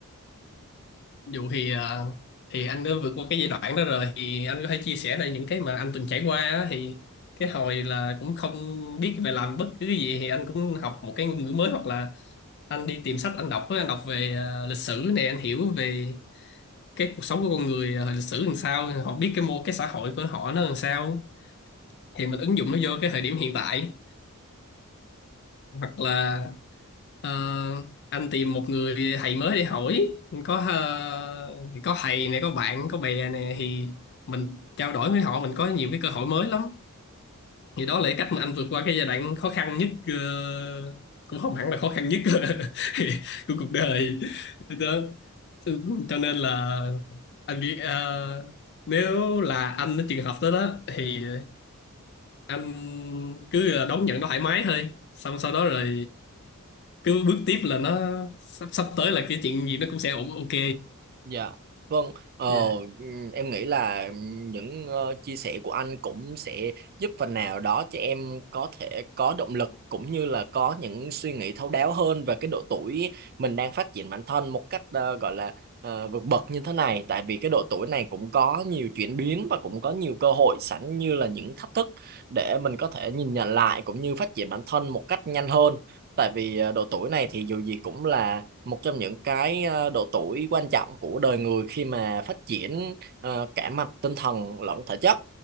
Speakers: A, on the left; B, on the right.
A: dù thì à, thì anh đã vượt qua cái giai đoạn đó rồi thì anh có thể chia sẻ lại những cái mà anh từng trải qua á, thì cái hồi là cũng không biết về làm bất cứ cái gì thì anh cũng học một cái ngôn ngữ mới hoặc là anh đi tìm sách anh đọc á, anh đọc về à, lịch sử này anh hiểu về cái cuộc sống của con người à, hồi lịch sử làm sao họ biết cái mô cái xã hội của họ nó làm sao thì mình ứng dụng nó vô cái thời điểm hiện tại hoặc là ờ, anh tìm một người thầy mới để hỏi có ờ, có thầy này có bạn có bè này thì mình trao đổi với họ mình có nhiều cái cơ hội mới lắm thì đó là cái cách mà anh vượt qua cái giai đoạn khó khăn nhất ờ, cũng không hẳn là khó khăn nhất <laughs> của cuộc đời đó Ừ, cho nên là anh nghĩ ờ, nếu là anh ở trường hợp đó đó thì anh cứ là đón nhận nó thoải mái thôi xong sau đó rồi cứ bước tiếp là nó sắp sắp tới là cái chuyện gì nó cũng sẽ ổn ok
B: Dạ, vâng. Ờ,
A: Yeah.
B: ừm, em nghĩ là ừm, những ờ, chia sẻ của anh cũng sẽ giúp phần nào đó cho em có thể có động lực cũng như là có những suy nghĩ thấu đáo hơn về cái độ tuổi mình đang phát triển bản thân một cách ờ, gọi là ờ, vượt bậc như thế này. Tại vì cái độ tuổi này cũng có nhiều chuyển biến và cũng có nhiều cơ hội sẵn như là những thách thức để mình có thể nhìn nhận lại cũng như phát triển bản thân một cách nhanh hơn. Tại vì ờ, độ tuổi này thì dù gì cũng là một trong những cái ờ, độ tuổi quan trọng của đời người khi mà phát triển ờ, cả mặt tinh thần lẫn thể chất